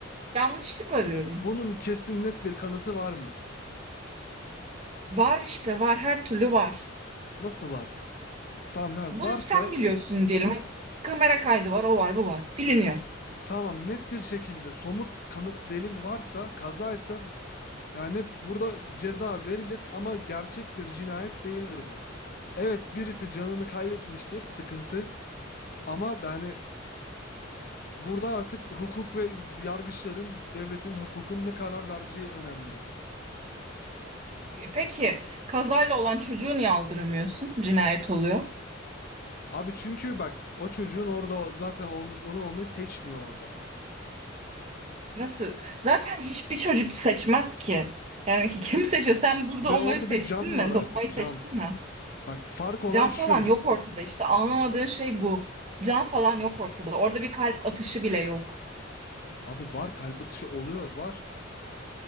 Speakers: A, on the right; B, on the left.
A: Yanlışlıkla diyorum.
B: Bunun kesin net bir kanıtı var mı?
A: Var işte var her türlü var.
B: Nasıl var? Tamam
A: Bunu
B: he, varsa
A: sen biliyorsun diyelim. Hadi kamera kaydı var o var bu var. Biliniyor.
B: tamam net bir şekilde somut kanıt delil varsa kazaysa Yani burada ceza verilir ama gerçek bir cinayet değildir bu. Evet birisi canını kaybetmiştir, sıkıntı. Ama yani burada artık hukuk ve yargıçların, devletin hukukun ne karar vereceği önemli.
A: Peki kazayla olan çocuğu niye aldıramıyorsun? Cinayet oluyor.
B: Abi çünkü bak o çocuğun orada o- zaten ol- onu olmayı seçmiyor orada.
A: Nasıl? Zaten hiçbir çocuk seçmez ki. Yani <laughs> kim seçiyor? Sen burada
B: Ve
A: olmayı
B: orada
A: seçtin
B: bir can
A: mi?
B: var artık
A: Doğmayı
B: can.
A: seçtin mi?
B: Bak fark olan
A: Can
B: şu.
A: falan yok ortada işte. Anlamadığın şey bu. Can falan yok ortada. Orada bir kalp atışı bile yok.
B: Abi var kalp atışı oluyor var.